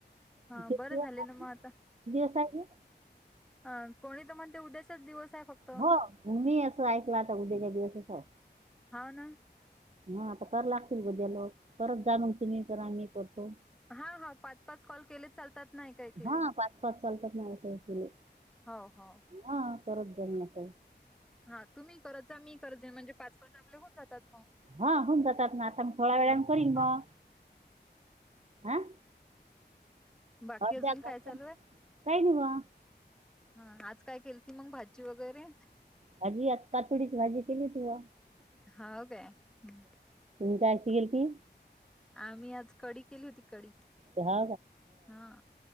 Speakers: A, in the centre; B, on the right.
A: हा
B: किती
A: बरं
B: दिवस
A: झाले ना मग आता
B: किती दिवस आहे हे?
A: हा कोणी तर म्हणते उद्याशच दिवस आहे फक्त
B: हो तुम्ही असं ऐकलं आता उद्या का दिवसच आहे
A: हा ना
B: हा आता तर लागतील ग त्याया लो परत जाण तुम्ही करा मी करतो
A: हा हा पाच पाच कॉल केले चालतात नाही काय केले
B: हा पाच पाच चालतात नाही केले
A: हो हो
B: ह परत जन्मत
A: हा तुम्ही करत जा मी करजे म्हणजे पाच पाच आपले होऊन जातात मग
B: हा होऊन जातात ना आता मी थोड्या वेळाान करीन
A: हा.
B: मग हं
A: बाकी
B: अ
A: अजून
B: जा काय
A: चालू आहे
B: निवा
A: हा आज काय केल ती मग भाजी वगैरे
B: भाजी आताातोडीच भाजी केली तू
A: हो काय हम्म.
B: जायची गेल की
A: आम्ही आज कडी केली होती कडी
B: हो
A: हा